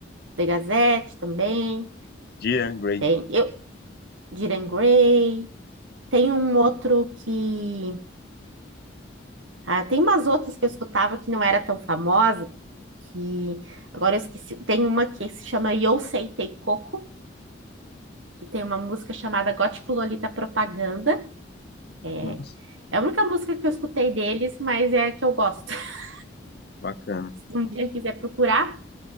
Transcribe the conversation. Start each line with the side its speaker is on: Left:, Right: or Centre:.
Right: The Gazette também,
Left: Dear Grey.
Right: tem eu, Diren Grey, tem um outro que... Ah, tem umas outras que eu escutava que não era tão famosa, que agora eu esqueci. Tem uma que se chama Yosei Teikoku, que tem uma música chamada Gótico Lolita Propaganda. É,
Left: Nossa,
Right: é a única música que eu escutei deles, mas é a que eu gosto. <laughs>
Left: bacana.
Right: Um dia eu quiser procurar.